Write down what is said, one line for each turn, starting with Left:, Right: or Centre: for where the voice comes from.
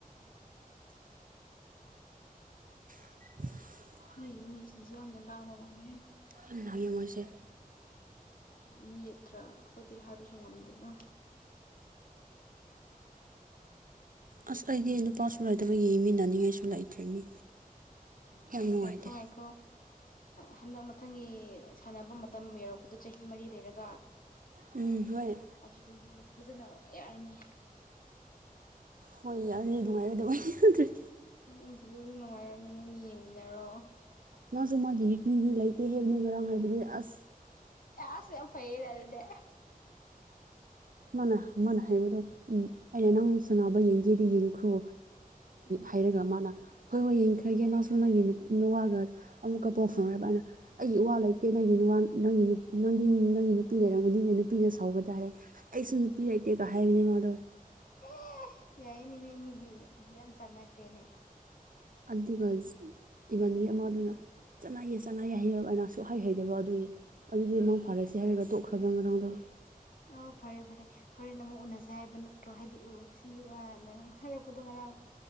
Right: <inaudible>
Left: ꯅꯣꯏꯒꯤ ꯃꯤꯁꯤꯡꯁꯦ ꯌꯥꯝꯅ ꯂꯥꯡꯕ ꯃꯥꯥꯟꯂꯦ
Right: ꯌꯥꯝ ꯍꯥꯡꯉꯦ ꯃꯣꯏꯁꯦ <inaudible>
Left: ꯎ ꯌꯦꯠꯇ꯭ꯔꯥ ꯑꯩꯈꯣꯏꯗꯤ ꯍꯥꯏꯕꯁꯨ ꯉꯝꯗꯦ ꯑ
Right: ꯑꯁ ꯑꯩꯗꯤ ꯅꯨꯄꯥꯁꯨ ꯂꯩꯇꯕꯒꯤ ꯌꯦꯡꯃꯤꯟꯅꯅꯤꯡꯉꯥꯏꯁꯨ ꯂꯩꯇ꯭ꯔꯤ ꯃꯤ ꯌꯥꯝ ꯅꯨꯡꯉꯥꯏꯇꯦ
Left: ꯉꯥꯢꯈꯣ ꯉꯥꯢꯈꯣ ꯍꯟꯗꯛ ꯃꯊꯪꯒꯤ ꯁꯥꯟꯅꯕ ꯃꯇꯝ ꯌꯧꯔꯛꯄꯗꯣ ꯆꯍꯤ ꯃꯔꯤ ꯂꯩꯔꯒ
Right: ꯎꯝ ꯍꯣꯏ
Left: ꯑꯗꯨꯗꯗꯤ ꯐꯖꯅ ꯌꯥꯔꯅꯤ
Right: ꯍꯣꯏ ꯌꯥꯔꯅꯤ ꯅꯨꯡꯉꯥꯏꯔꯗꯕꯅꯤ
Left: ꯎꯝ ꯑꯗꯨꯗꯤ ꯅꯨꯡꯉꯥꯏꯔꯅꯦ ꯅꯣꯏꯅ ꯌꯦꯡꯃꯤꯟꯅꯔꯣ
Right: ꯃꯥꯁꯨ ꯃꯥꯒꯤ ꯅꯨꯄꯤꯗꯤ ꯂꯩꯇꯦ ꯍꯦ ꯉꯔꯥꯡ ꯍꯥꯏꯕꯗꯤ ꯑꯁ
Left: ꯑꯁ ꯌꯥꯝ ꯐꯩꯅꯦ ꯑꯗꯨꯗꯤ
Right: ꯃꯥꯅ ꯃꯥꯅ ꯍꯥꯏꯕꯗꯣ ꯎ ꯑꯩꯅ ꯅꯪ ꯁꯅꯕ ꯌꯦꯡꯒꯦꯗꯤ ꯌꯦꯡꯈ꯭ꯔꯣ
Left: ꯎꯝ
Right: ꯍꯥꯏꯔꯒ ꯃꯥꯅ ꯍꯣꯏ ꯍꯣꯏ ꯌꯦꯡꯈ꯭ꯔꯒꯦ ꯅꯪꯁꯨ ꯅꯪꯒꯤ ꯅꯨꯋꯥꯒ ꯑꯃꯨꯛꯀ ꯄꯥꯎ ꯐꯥꯎꯅꯕ꯭ꯔꯅ ꯑꯩꯒꯤ ꯢꯋꯥ ꯂꯩꯇꯦ ꯅꯪꯒꯤ ꯅꯪꯒꯤ ꯅꯪꯒꯤ ꯅꯪꯒꯤ ꯅꯨꯄꯤ ꯂꯩꯔꯝꯒꯅꯤꯅꯦ ꯅꯨꯄꯤꯅ ꯁꯥꯎꯕ ꯇꯥꯔꯦ ꯑꯩꯁꯨ ꯅꯨꯄꯤ ꯂꯩꯇꯦꯒ ꯍꯥꯏꯕꯅꯦ ꯃꯥꯗꯣ
Left: ꯑꯦ ꯌꯥꯏꯌꯦ ꯅꯪꯒꯤꯗꯤ ꯌꯥꯝ ꯆꯥꯟꯅꯈ꯭ꯔꯦꯅꯦ
Right: ꯑꯗꯨꯒ ꯢꯃꯥꯟꯅꯕꯤ ꯑꯃꯗꯨꯅ ꯆꯠꯅꯥꯏꯌꯦ ꯆꯠꯅꯥꯏꯌꯦ ꯍꯥꯏꯩꯥ <inaudible> ꯑꯩꯅꯁꯨꯛ ꯍꯩ ꯍꯩꯗꯕ ꯑꯗꯨꯒꯤ ꯑꯗꯨꯗꯤ ꯃꯥꯡ ꯐꯥꯔꯁꯦ ꯍꯥꯏꯔꯒ ꯇꯣꯛꯈ꯭ꯔꯕ ꯉꯔꯥꯡꯗꯣ
Left: ꯑꯣ ꯐꯔꯦ ꯐꯔꯦ ꯍꯣꯔꯦꯟ ꯑꯃꯨꯛ ꯎꯅꯖꯦ ꯍꯥꯏꯕ ꯅꯠꯇ꯭ꯔꯣ ꯍꯥꯏꯗꯤ ꯎ ꯁꯤ ꯅꯪ ꯍꯥꯏꯔꯛꯄꯗꯣ ꯉꯔꯥꯡ